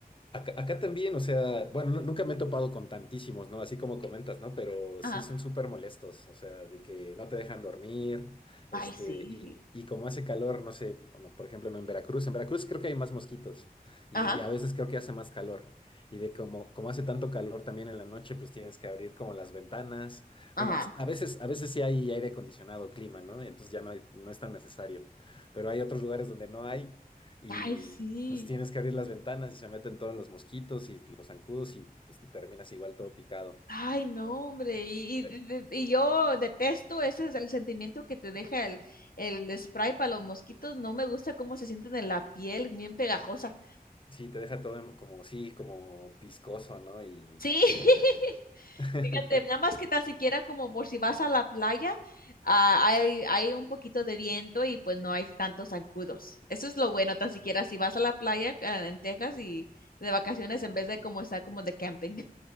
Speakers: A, on the left; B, on the left.
A: Acá, acá también, o sea, bueno, nu- nunca me he topado con tantísimos, ¿no? Así como comentas, ¿no? Pero
B: Ajá.
A: sí son súper molestos, o sea, de que no te dejan dormir, este,
B: Ay, sí.
A: y, y como hace calor, no sé, bueno, por ejemplo, no en Veracruz, en Veracruz creo que hay más mosquitos y,
B: Ajá,
A: y a veces creo que hace más calor. Y de como, como hace tanto calor también en la noche, pues tienes que abrir como las ventanas.
B: ajá.
A: Bueno, a veces, a veces sí hay aire acondicionado, clima, ¿no? Entonces ya no hay- no es tan necesario. Pero hay otros lugares donde no hay. Y
B: Ay, sí.
A: pues tienes que abrir las ventanas y se meten todos los mosquitos y los zancudos y pues terminas igual todo picado.
B: Ay, no, hombre. Y, y,
A: Eh,
B: de- de- y yo detesto, ese es el sentimiento que te deja el, el spray para los mosquitos. No me gusta cómo se sienten en la piel, bien pegajosa.
A: Sí, te deja todo en- como, sí, como viscoso, ¿no? Y
B: Sí, <laughs>
A: <laughs>
B: fíjate, nada más que tan siquiera como por si vas a la playa, ah, hay, hay un poquito de viento y pues no hay tantos zancudos. Eso es lo bueno, tan siquiera si vas a la playa ah, en Texas y de vacaciones en vez de como estar como de camping.